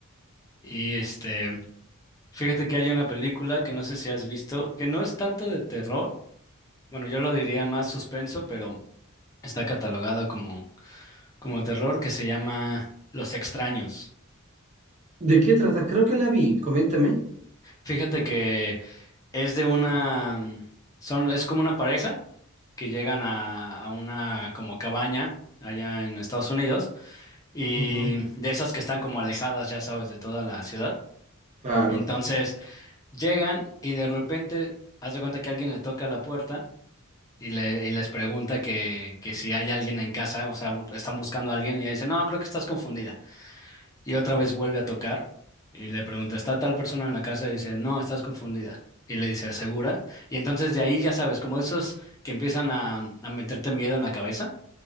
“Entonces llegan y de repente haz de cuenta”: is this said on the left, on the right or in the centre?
Left